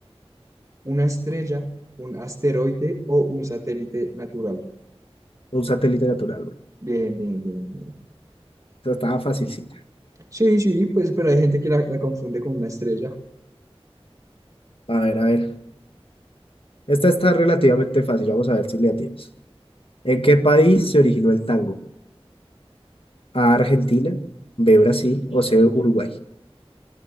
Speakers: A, on the right; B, on the left.
A: una estrella, un asteroide o un satélite natural.
B: un satélite natural, bro.
A: Bien, bien, bien, bien.
B: Esa estaba facilita.
A: Sí, sí, pues, pero hay gente que la, la confunde con una estrella.
B: A ver, a ver. Esta está relativamente fácil, vamos a ver si le atinas. ¿En qué país se originó el tango? ¿A Argentina, B Brasil o C Uruguay?